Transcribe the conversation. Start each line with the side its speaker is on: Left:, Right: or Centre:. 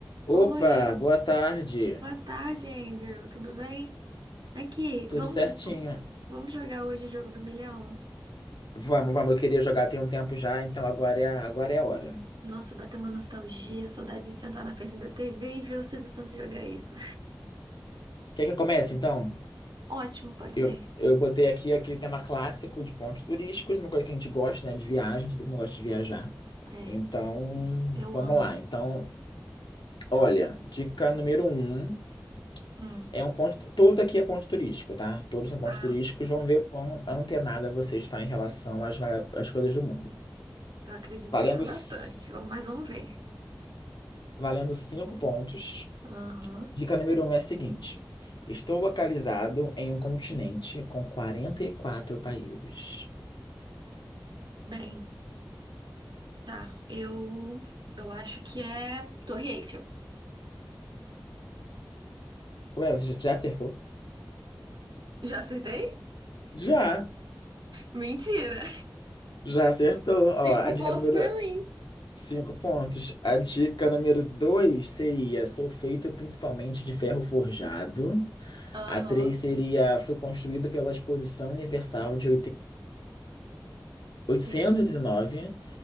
Left: Opa,
Right: Oi,
Left: boa tarde.
Right: boa tarde, Andrew. Tudo bem? Aqui,
Left: Tudo
Right: vamos,
Left: certinho.
Right: vamos jogar hoje o jogo do milhão.
Left: Vamos, vamos. Eu queria jogar tem um tempo já, então agora é, a- agora é a hora.
Right: Nossa, bateu uma nostalgia, saudade de sentar na frente da TV e ver o Silvio Santos jogar isso.
Left: Quer que eu comece, então?
Right: <laughs> Ótimo, pode
Left: Eu,
Right: ser?
Left: eu botei aqui aquele tema clássico de pontos turísticos, uma coisa que a gente gosta, né? De viagem, todo mundo gosta de viajar.
Right: É,
Left: Então,
Right: eu
Left: vamos
Right: amo.
Left: lá. Então, olha, dica número um
Right: Hum,
Left: é um ponto. Tudo aqui é ponto turístico, tá? Todos são pontos
Right: ah,
Left: turísticos. Vamos ver o quão antenada você está em relação às, mara- às coisas do mundo.
Right: eu acredito
Left: Valendo,
Right: que eu tô bastante.
Left: c-
Right: Vamos, mas vamos ver.
Left: valendo cinco pontos.
Right: Aham.
Left: Dica número um é a seguinte: estou localizado em um continente com 44 países.
Right: Bem, tá. Eu, eu acho que é Torre Eiffel.
Left: Ué, você já acertou?
Right: Já acertei?
Left: Já,
Right: Mentira!
Left: já acertou.
Right: <laughs> Cinco
Left: Ó, a dica
Right: pontos
Left: número
Right: pra mim.
Left: cinco pontos. A dica número dois seria: sou feito principalmente de ferro forjado.
Right: Aham,
Left: A três seria: fui construído pela Exposição Universal de 89. 889.
Right: sim.